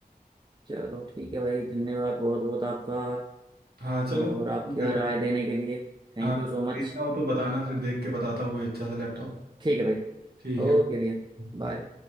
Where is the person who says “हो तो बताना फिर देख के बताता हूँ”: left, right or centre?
Right